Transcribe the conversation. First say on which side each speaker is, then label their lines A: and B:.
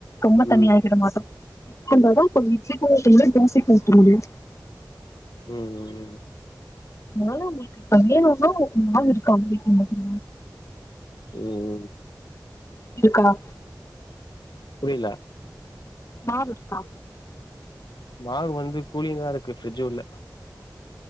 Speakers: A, on the left; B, on the left.
A: ரொம்ப தண்ணியா
B: ம்
A: ஆக்கிட மாட்டோ திக்கா இருந்தாதா கொஞ்சொ இட்லி ஊத்த முடியு தோசைக்கு ஊத்த முடியு
B: ம் ம் ம்
A: அதுனால உங்குளுக்கு அகெய்ன் ஒரு நாள் நாள் இருக்கா உங்களுக்கு
B: ம் ம்
A: இருக்கலா
B: புரியல
A: மாவு இருக்கா
B: மாவு வந்து கூலிங்கா இருக்கு ஃப்ரிட்ஜு உள்ள